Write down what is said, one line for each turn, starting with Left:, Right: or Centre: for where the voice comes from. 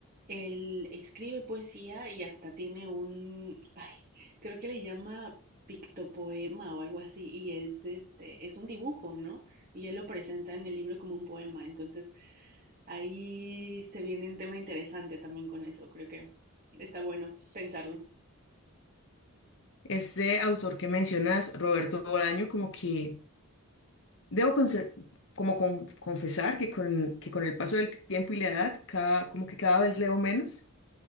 Right: él escribe poesía y hasta tiene un, <laughs> ay, creo que le llama pictopoema o algo así, y es este, es un dibujo, ¿no? Y él lo presenta en el libro como un poema. Entonces, Ahí se viene un tema interesante también con eso, creo que está bueno pensarlo.
Left: Este autor que mencionas, Roberto Bolaño, como que debo conse- como con- confesar que con, que con el paso del tiempo y la edad, cada, como que cada vez leo menos,